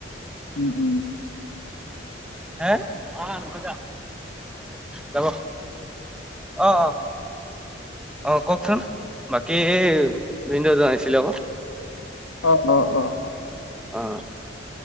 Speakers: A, on the left; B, in the centre.
A: উম উম
B: হে অ অঁ যাব অ অ অ কওকচোন বাকী ভিনদৌ জন আহিছিলে ক
A: অ অ অ অ।
B: অ